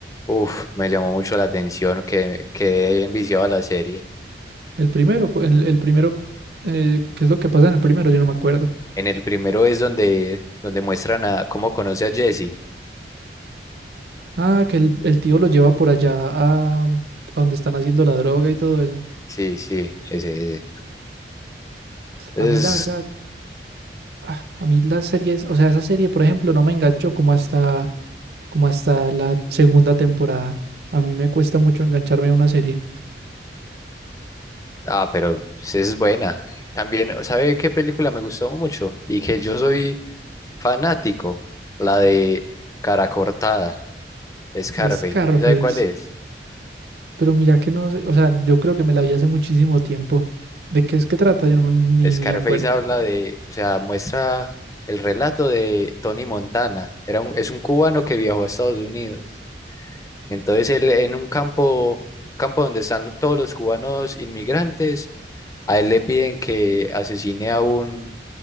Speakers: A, on the left (about 20°); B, on the right (about 65°).
A: uff, me llamó mucho la atención, que quedé enviciado a la serie.
B: El primero, cu- el, el primero, eh, ¿qué es lo que pasa en el primero? Yo no me acuerdo.
A: En el primero es donde, donde muestran a cómo conoce a Jesse.
B: Ah, que el, el tío lo lleva por allá a, a donde están haciendo la droga y todo eso.
A: Sí, sí, ese, ese. Es,
B: A mí la verdad, ah, a mí las series, o sea, esa serie, por ejemplo, no me enganchó como hasta, como hasta la segunda temporada. A mí me cuesta mucho engancharme a una serie.
A: ah, pero esa es buena. También, ¿sabe qué película me gustó mucho? Y que yo soy fanático, la de Cara Cortada, Scarface.
B: Scarface.
A: ¿Sí sabe cuál es?
B: Pero mira que no sé, o sea, yo creo que me la vi hace muchísimo tiempo. ¿De qué es que trata? Yo no, ni
A: Scarface
B: me acuerdo.
A: habla de, o sea, muestra el relato de Tony Montana. Era un- es un cubano que viajó a Estados Unidos. Entonces él en un campo, un campo donde están todos los cubanos inmigrantes, a él le piden que asesine a un,